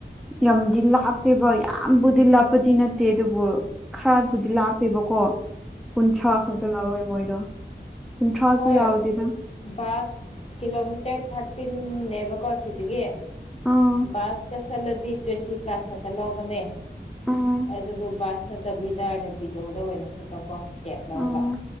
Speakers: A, in the centre; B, on the left.
A: ꯌꯥꯝꯗꯤ ꯂꯥꯞꯄꯦꯕ ꯌꯥ ꯌꯥꯝꯕꯨꯗꯤ ꯂꯥꯞꯄꯗꯤ ꯅꯠꯇꯦ ꯑꯗꯨꯕꯨ ꯈꯔꯕꯨꯗꯤ ꯂꯥꯞꯄꯦꯕꯀꯣ ꯀꯨꯟꯊ꯭ꯔꯥ
B: ꯎꯝ
A: ꯈꯛꯇ ꯂꯧꯋꯦ ꯃꯣꯏꯗꯣ ꯀꯨꯟꯊ꯭ꯔꯥꯁꯨ
B: ꯍꯣꯏ
A: ꯌꯥꯎꯗꯦꯗ
B: ꯕꯥꯁ ꯀꯤꯂꯣꯃꯤꯇꯔ ꯊꯥꯔꯇꯤꯟꯅꯦꯕꯀꯣ ꯁꯤꯗꯒꯤ
A: ꯑꯥ
B: ꯕꯥꯁꯇ ꯆꯠꯂꯗꯤ ꯇ꯭ꯋꯦꯟꯇꯤ ꯄ꯭ꯂꯁ ꯈꯛꯇ ꯂꯧꯕꯅꯦ
A: ꯎꯝ
B: ꯑꯗꯨꯕꯨ ꯕꯥꯁ ꯅꯠꯇꯕꯤꯗ ꯔꯦꯄꯤꯗꯣꯗ ꯑꯣꯏꯅ ꯁꯛꯄꯀꯣ ꯀꯦꯕ ꯂꯧꯔꯒ
A: ꯎꯝ